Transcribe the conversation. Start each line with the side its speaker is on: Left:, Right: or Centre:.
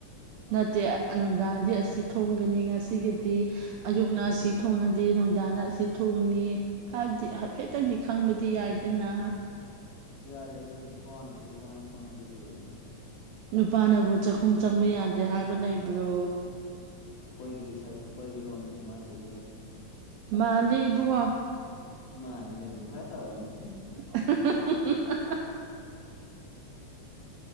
Right: ꯅꯠꯇꯦ ꯅꯨꯡꯗꯥꯡꯗꯤ ꯑꯁꯤ ꯊꯣꯡꯒꯅꯤ ꯉꯁꯤꯒꯤꯗꯤ ꯑꯌꯨꯛꯅ ꯑꯁꯤ ꯊꯣꯡꯉꯗꯤ ꯅꯨꯡꯗꯥꯡꯅ ꯑꯁꯤ ꯊꯣꯡꯅꯤ ꯍꯥꯏꯕꯗꯤ ꯍꯥꯏꯐꯦꯠꯇꯪꯗꯤ ꯈꯪꯕꯗꯤ ꯌꯥꯏꯗꯅ
Left: ꯌꯥꯗꯦꯗ ꯅꯨꯄꯥꯅꯕꯗꯨ ꯑꯗꯨ ꯀꯥꯏꯅ ꯈꯪꯉꯗꯤ ꯂꯣꯏꯔꯦ
Right: ꯅꯨꯄꯥꯅꯕꯨ ꯆꯥꯛꯈꯨꯝ ꯆꯪꯕ ꯌꯥꯗꯦ ꯍꯥꯏꯕ ꯂꯩꯕ꯭ꯔꯣ
Left: ꯑꯩꯈꯣꯏꯒꯤ ꯁꯛ ꯑꯩꯈꯣꯏꯒꯤ ꯔꯣꯝꯗꯗꯤ ꯑꯗꯨꯃꯥꯏꯅ ꯂꯩꯌꯦ
Right: ꯃꯥꯟꯗꯦ ꯏꯕꯨꯉꯣ
Left: ꯃꯥꯟꯕꯅꯦ ꯑꯗꯨꯝ ꯈꯔ ꯇꯧꯔꯛꯀꯥꯅꯤ
Right: ꯗ